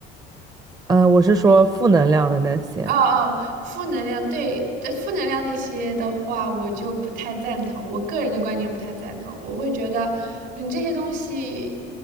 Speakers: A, on the right (about 20°); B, on the right (about 75°).
A: 嗯、我是说负能量的那些，
B: 哦哦，负能量，对，对，负能量那些的话，我就不太赞同。我个人的观点不太赞同，我会觉得你这些东西